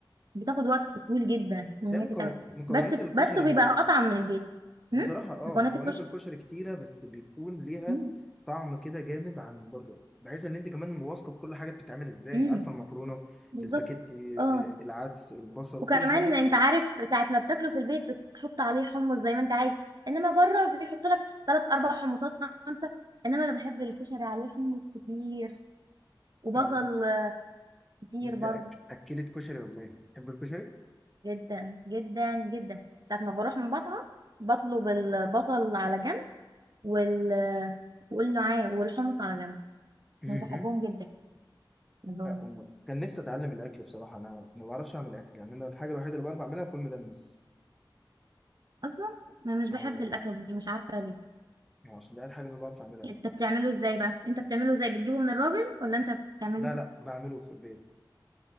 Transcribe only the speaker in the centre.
بس
هي
مكو-
مكونات
الكشري
بصراحة
اه مكونات
الكشري كتيرة بس بيكون ليها
طعم كده جامد عن بره بحيث ان انت كمان واثقة في كل حاجة بتتعمل ازاي
عارفة المكرونة
الاسباجيتي
آه، العدس البصل
كل حاجة
يعني
انت
أك... اكلت كشري ولا ايه؟ تحب الكشري؟
امم
لا، أنا كان نفسي اتعلم الاكل بصراحة انا ما بعرفش اعمل اكل يعني انا الحاجة الوحيدة اللي بعرف اعملها فول مدمس
اه
يعني عشان ده الحاجة اللي بعرف اعملها يعني.
لا لا بعمله في البيت